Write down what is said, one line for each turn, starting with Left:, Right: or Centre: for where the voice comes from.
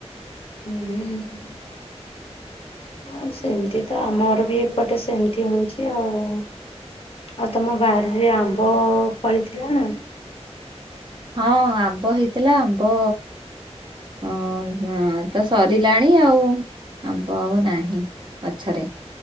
Left: ହୁଁ। ହଁ ସେମିତି ତ ଆମର ବି ଏପଟେ ସେମିତି ହଉଛି ଆଉ। ଆଉ ତମ ବାରିରେ ଆମ୍ବ ଫଳିଥିଲା ନା।
Right: ହଁ ଆମ୍ବ ହେଇଥିଲା ଆମ୍ବ ହଁ ହ ତ ସରିଲାଣି ଆଉ। ଆମ୍ବ ଆଉ ନାହିଁ ଗଛରେ।